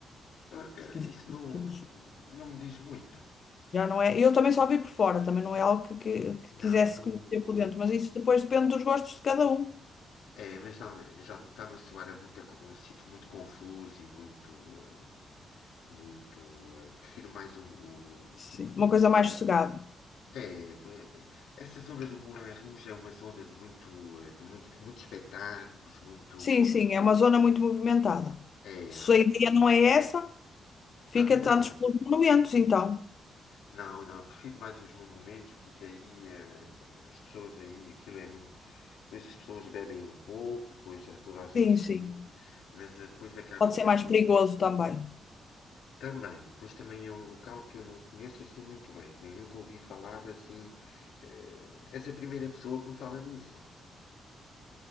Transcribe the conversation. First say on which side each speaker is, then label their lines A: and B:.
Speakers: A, on the left; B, on the left.
A: Ah, eh,
B: Se quiseres.
A: isso não, não me diz muito.
B: Já não é. Eu também só vi por fora, também não é algo que, que, que
A: Não,
B: quisesse
A: não,
B: conhecer por dentro, mas isso depois depende dos gostos de cada um.
A: eh, é, mas dá já está-me a soar a muita co- um sítio muito confuso e muito. eh, Muito. eh, prefiro mais um o-
B: Sim.
A: tipo
B: Uma
A: museu.
B: coisa mais sossegada.
A: É, por- essa zona do Moulin Rouge é uma zona de muito, eh, de muito, muitos espetáculos, muito.
B: Sim, sim, é uma zona muito movimentada.
A: eh,
B: Se
A: É,
B: a ideia
A: o-
B: não é essa, fica
A: ah, não,
B: tantos pelos monumentos, então.
A: não, não, prefiro mais os monumentos porque aí eh, as pessoas aí, aquilo é muito. Depois as pessoas bebem um pouco e depois eh, toda a gente
B: Sim,
A: se
B: sim.
A: ri, mas eh, depois acaba
B: Pode
A: por
B: ser mais
A: ser.
B: perigoso também.
A: Também, pois também é um local que eu não conheço assim muito bem, nem nunca ouvi falar assim. eh, És a primeira pessoa que me fala nisso.